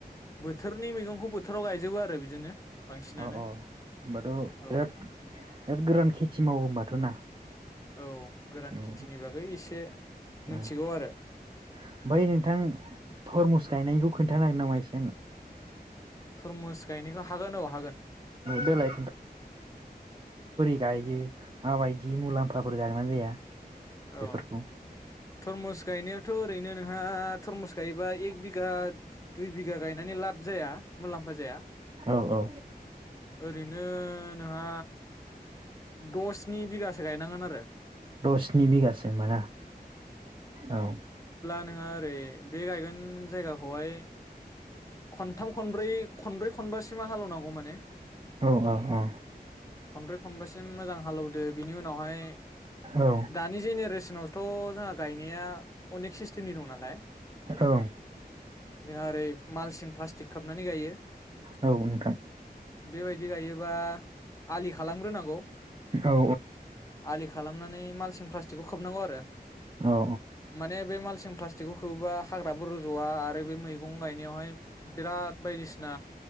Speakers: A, on the left (about 20°); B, on the right (about 30°).
A: बोथोरनि मैगंखौ बो जोबो आरो बिदिनो बांसिनानो
B: औ औ होनोमबाथ'
A: औ
B: बिराद बिराद गोरान खेथि मावो होनबाथ' ना
A: औ गोरान
B: औ ओ
A: खेथिनि बागै एसे मिथिगौ
B: ओमफाय
A: आरो औ
B: नोंथां थरमुस गायनायखौ खोन्थानो हागोन नामा एसे आंनो
A: थरमुस गायनायखौ हागोन औ हागोन
B: देलाय दायो माबायदि मुलाम्फाफोर जागोना जाया
A: औ
B: बेफोरखौ
A: थरमुस गायनायावथ' ओरैनो नोंहा थर्मस गायो एक बि गा दुइ बिघा गायनानै लाब जाया मुलाम्फा जाया
B: औ औ
A: ओरैनो नोंहा दसनि बिघासो गायनांगोन आरो
B: दस स्नि बिगासो होमबा ना औ
A: नोंङा ओरै बे गायगोन जायगाखौहाय खनथाम खनब्रै खनब्रै खनबासो सिमा हालौनांगौ माने
B: औ औ औ
A: खनब्रै खनबासिम मोजां हालौदो बिनि उनावहाय
B: औ
A: दानि जेनेरेसनावथ' जोंहा गायनाया अनेक सिस्टेमनि दं नालाय
B: औ
A: जोंहा ओरै मालसिं प्लास्टिक खोबनानै गायो
B: औ नोंथां
A: बेबायदि गायोबा आलि खालामग्रोनांगौ
B: औ
A: आलि खालामनानै मालसिं प्लास्टिकखौ खोबनांगौ आरो
B: औ
A: माने बे मालसिं प्लास्टिकखौ खोबबा हाग्रा बाबो रुजवा आरो बे मैगं गाय नेवहाय बिराद बायदिसिना